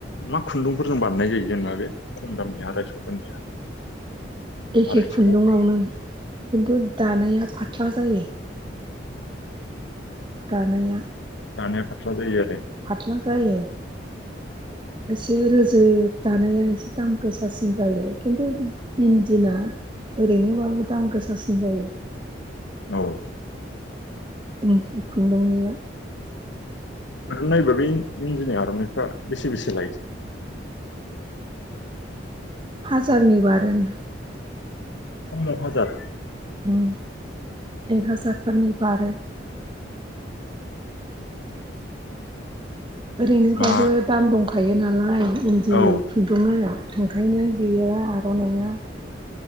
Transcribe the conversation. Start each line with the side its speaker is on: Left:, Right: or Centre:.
Left: मा खुन्दुंफोरजों बानायनाय जायो जेनेबा बे खम दामनिया आरायस'फोरनिया
Right: <inaudible> एखे
Left: आरायस'
Right: खुन्दुआवनो खिन्थु दानाया फाथ्ला जायो। गानाया
Left: दानाया फाटला जायो आ।
Right: फाथ्ला जायो। एसे रोजोब दानाया एसे दाम गोसासिन जायो। खिन्थु इन्दिना ओरैनोबाबो दाम गोसासिन जायो।
Left: औ ओरैनो
Right: उम खुन्दुंनिया
Left: ओरैनो नायोबा बे इन्जिनि आर'नाइफ्रा बेसे बेसे लायो।
Right: हाजारनि बारोनो
Left: खमाव हाजार
Right: उम एक हाजारफोरनि बारो। ओरैनोबाबो
Left: मा
Right: दाम दंखायो नालाय इन्दि
Left: औ
Right: खुन्दुङा ओंखायनो बेयो आर'नाया